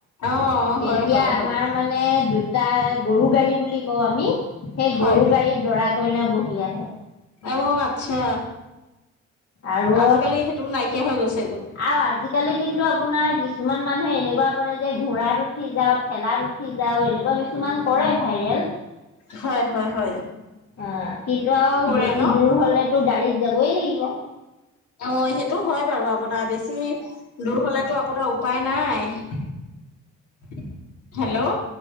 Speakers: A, on the left; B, on the left.
A: অ
B: তেতিয়া
A: হয় হয়
B: আমাৰ
A: হয়
B: মা নে দুটা গৰু গাড়ী বুলি কওঁ আমি, সেই
A: হয়
B: গৰু গাড়ী দৰা - কইনা বহি আহে।
A: অ আচ্ছা,
B: আৰু
A: আজিকালি সেইটো নাইকিয়া হৈ গৈছ
B: আৰু আজি কালি কিন্তু আপোনাৰ কিছুমান মানুহে এনেকুৱা কৰে যে ঘোঁৰাত উঠি যাওঁ, ঠেলাত উ ঠি যাও এনেকুৱা কিছুমান কৰে ভাইৰেল
A: হয় হয় হয়।
B: অ কিন্তু আৰু
A: কৰে
B: বেছি
A: ন
B: দূৰ হলেতো গাড়ীত যাবই লাগিব।
A: অ সেইটো হয় বাৰু, আপোনাৰ বেছি দূৰ হলেতো আপোনাৰ উপায় নাই। হেল্ল'?